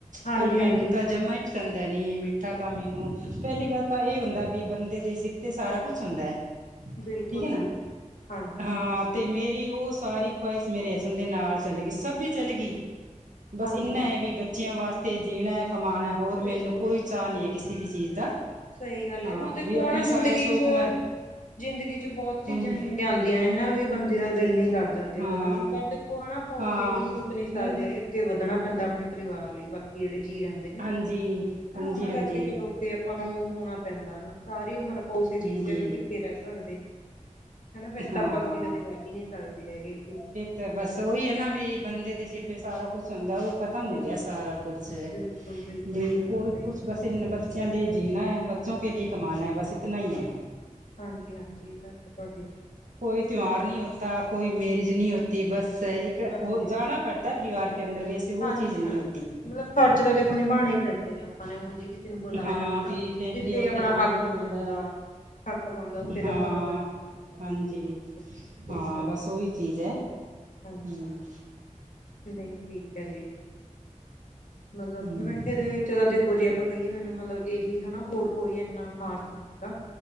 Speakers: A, on the left (about 80°); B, on the right (about 75°).
A: ਹਾਂਜੀ
B: ਪਰ
A: ਹਾਂਜੀ
B: ਮੈਨੂੰ ਤਾਂ ਜਮਾ ਹੀ ਪਸੰਦ ਹੈ। ਨੀ ਮਿੱਠਾ ਤਾਂ ਮੈਨੂੰ ਪਹਿਲੀ ਗੱਲ ਤਾਂ ਇਹ ਹੁੰਦਾ ਵੀ ਬੰਦੇ ਦੇ ਸਿਰ ਤੇ ਸਾਰਾ ਕੁੱਛ ਹੁੰਦਾ ਹੈ।
A: ਬਿਲਕੁੱਲ-ਬਿਲਕੁੱਲ,
B: ਠੀਕ ਹੈ ਨਾ
A: ਹਾਂਜੀ।
B: ਹਾਂ ਤੇ, ਮੇਰੀ ਉਹ ਸਾਰੀ ਖਵਾਹਿਸ਼ ਮੇਰੇ ਹਸਣ ਦੇ ਨਾਲ ਚੱਲ ਗਈ, ਸਭ ਚੱਲ ਗਈ। ਬਸ,
A: ਹਾਂਜੀ
B: ਇੰਨਾ
A: ਹਾਂਜੀ
B: ਹੈ ਵੀ ਬੱਚਿਆਂ ਵਾਸਤੇ ਜੀਣਾ ਕਮਾਉਂਣਾ ਹੋਰ
A: ਬਿਲਕੁਲ
B: ਮੈਨੂੰ ਕੋਈ ਚਾਅ ਨਹੀਂ ਹੈ। ਕਿਸੇ ਵੀ ਚੀਜ਼ ਦਾ
A: ਸਹੀ ਗੱਲ
B: ਹਾਂ
A: ਏ, ਹੁਣ ਦੇਖੋ
B: ਵੀ ਆਪਣੇ
A: ਨਾ
B: ਸਾਰੇ
A: ਜ਼ਿੰਦਗੀ
B: ਸੌਕ
A: ਚ
B: ਮਰੇ
A: ਜ਼ਿੰਦਗੀ ਚ ਬਹੁਤ ਚੀਜ਼ਾਂ
B: ਹਾਂਜੀ
A: ਹੀ ਆਉਂਦੀਆਂ ਨੇ ਹਨਾ, ਵੀ ਬੰਦੇ ਦਾ ਦਿਲ ਨਹੀਂ ਕਰਦਾ। ਅੱਗੇ
B: ਹਾਂ
A: ਵਧਣ ਨੂੰ ਪਰ ਦੇਖੋ ਹਨਾ, ਆਪਾਂ ਉੱਥੇ
B: ਹਾਂ
A: ਵੀ ਰੁਕ ਨੀ ਸਕਦੇ
B: ਮੈਨ
A: ਹੈਗੇ। ਅੱਗੇ ਵਧਣਾ ਪੈਂਦਾ ਆਪਣੇ ਪਰਿਵਾਰ ਲਈ ਬਾਕੀ ਜਿਹੜੇ ਜੀਅ ਰਹਿੰਦੇ ਨੇ
B: ਹਾਂਜੀ
A: ਹਨਾ,
B: ਹਾਂਜੀ
A: ਉਹਨਾਂ
B: ਹਾਂਜੀ
A: ਕਰਕੇ ਤੇ ਲੋਕ ਆਪਾਂ ਨੂੰ ਰੁਕਣਾ ਪੈਂਦਾ ਹਨਾ, ਸਾਰੀ ਉਮਰ ਆਪਾਂ ਉਸੇ ਚੀਜ਼
B: ਹਾਂਜੀ
A: ਤੇ ਵੀ ਨਹੀਂ ਟਿੱਕ ਕੇ ਰਹਿ ਸਕਦੇ। ਹਨਾ, ਫਿਰ
B: ਹਾਂ
A: ਤਾਂ ਆਪਾਂ ਅੱਗੇ ਕਦੇ ਵੱਧ ਹੀ ਨਹੀਂ ਸਕਦੇ ਹੈਗੇ‌।
B: ਤੇ ਬਸ ਉਹੀ ਹੈ, ਨਾ ਵੀ ਬੰਦੇ ਦੇ ਸਿਰ ਸਾਰਾ ਕੁੱਛ ਹੁੰਦਾ ਉਹ ਖਤਮ ਹੋ
A: ਬਿਲਕੁਲ
B: ਗਿਆ, ਸਾਰਾ ਕੁੱਛ
A: ਬਿਲਕੁਲ ਬਿਲਕੁਲ
B: ਵੀ
A: ਇਹ ਤਾਂ
B: ਕੋਈ
A: ਗੱਲ ਸਹੀ
B: ਕੁੱਛ ਬਸ ਤਿੰਨ ਬੱਚਿਆਂ ਲਈ ਜੀਣਾ ਹੈ। ਬੱਚੋਂ ਕੇ ਲਈ ਕਮਾਣਾ ਹੈ। ਬਸ ਇਤਨਾ ਹੀ ਹੈ।
A: ਹਾਂਜੀ-ਹਾਂਜੀ ਬਸ ਤੁਹਾਡੀ
B: ਕੋਈ ਤਿਉਹਾਰ ਨਹੀਂ ਹੋਤਾ, ਕੋਈ ਮੈਰਿਜ ਨਹੀਂ ਹੋਤੀ, ਬਸ ਇੱਕ
A: ਹਾਂਜੀ
B: ਉਹ ਜਾਣਾਂ ਪੈਂਦਾ। ਪਰਿਵਾਰ ਕੇ ਅੰਦਰ ਵੈਸੇ, ਉਹ
A: ਹਾਂਜੀ
B: ਚੀਜ਼ ਨਹੀਂ
A: ਹਾਂਜੀ
B: ਹੋਤੀ।
A: ਮਤਲਬ, ਫ਼ਰਜ਼ ਤਾਂ ਦੇਖੋ ਨਿਭਾਉਣੇ ਹੀ ਪੈਂਦੇ ਨੇ, ਆਪਾਂ ਨੇ ਹੁਣ ਜੇ ਕਿਸੇ ਨੂੰ ਬੁਲਾਇਆ
B: ਹਾਂ
A: ਹਨਾ,
B: ਵੀ ਫੈਮਿਲੀ
A: ਕਿਥੇ
B: ਆ ਉੱਥੇ
A: ਆਪਣਾ
B: ਜਾਣਾ
A: ਹੱਕ
B: ਵੀ
A: ਬਣਦਾ
B: ਪੈਂਦਾ ਹੈ।
A: ਥੱਕ ਬਣਦਾ, ਉੱਥੇ
B: ਹਾਂ
A: ਤਾਂ ਆਪਾਂ ਨੂੰ
B: ਹਾਂਜੀ,
A: ਬਿਲਕੁਲ ਸਹੀ
B: ਹਾਂ,
A: ਗੱਲ
B: ਬਸ ਓਹੀ ਚੀਜ਼ ਐ। ਹੂੰ।
A: ਹਾਂਜੀ ਹਾਂਜੀ ਨਹੀਂ, ਠੀਕ ਹੈ ਜੀ, ਮਤਲਬ
B: ਹਮ
A: ਮਿੱਠੇ ਦੇ ਵਿੱਚ ਦਾ ਦੇਖੋ, ਜੇ ਆਪਾਂ ਕਹੀਏ, ਮੈਨੂੰ ਮਤਲਬ ਏਹੀ ਹਨਾ ਹੋਰ ਕੋਈ ਏਨਾ ਖਾਸ ਨੀ ਲਗਦਾ